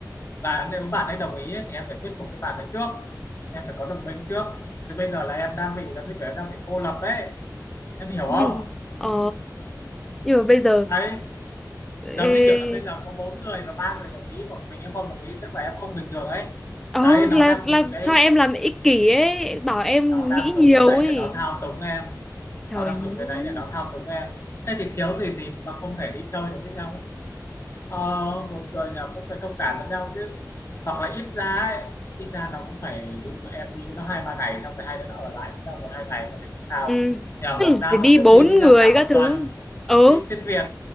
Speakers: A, on the left; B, in the centre.
A: và nếu bạn ấy đồng ý ấy, thì em phải thuyết phục cái bạn ấy trước em phải có đồng minh trước chứ bây giờ là em đang bị giống như kiểu em đang bị cô lập ấy em hiểu
B: Nhưng
A: không
B: ờ nhưng mà bây giờ
A: đấy
B: ê,
A: giống như kiểu là bây giờ có bốn người và ba người đồng ý một mình em không đồng ý tức là em không bình thường ấy
B: ờ
A: đấy nó
B: là
A: đang
B: là
A: dùng cái
B: cho em làm ích kỷ ấy, bảo em
A: nó đang
B: nghĩ
A: dùng
B: nhiều
A: cái đấy
B: ấy.
A: để nó thao túng em
B: Trời
A: nó đang
B: má.
A: dùng cái đấy để nó thao túng em thế thì thiếu gì dịp mà không thể đi chơi được với nhau Ờ, một người nhỏ cũng phải thông cảm với nhau chứ hoặc là ít ra ấy, ít ra nó cũng phải ví dụ là em đi với nó hai ba ngày xong rồi hai đứa nó ở lại với nhau một hai ngày có thể không sao
B: Ừ.
A: nhờ một
B: Tức là
A: nam
B: phải đi
A: một nữ
B: bốn
A: đi với nhau
B: người
A: cả
B: các
A: một
B: thứ.
A: tuần
B: Ừ.
A: đi xuyên Việt